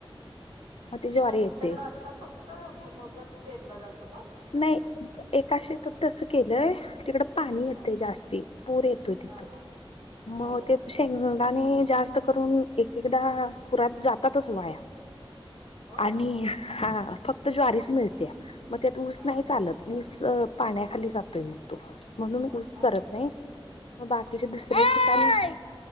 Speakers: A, on the right; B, on the left.
A: म्हणजे
B: ती ज्वारी
A: मग तुमच्याकड
B: येते
A: आता. फक्त भुईमूगच, पेरला जातो का?
B: नाही एका शेतात, तसं केलंय. तिकडं पाणी येतंय
A: हा
B: जास्ती पूर येतोय तिथं‌
A: हा हा
B: म
A: हो
B: ते शे शेंगदाणे जास्त करून एक-एकदा पुरात जातातच वाया.
A: होय
B: आणि हा फक्त ज्वारीच मिळत्या मग त्यात ऊस
A: हा
B: नाही चालत. ऊस, पाण्याखाली जातोय मग तो. म्हणून
A: हो
B: ऊस
A: ना
B: करत नाही. म. बाकीच्या दुसर्या ठिकाणी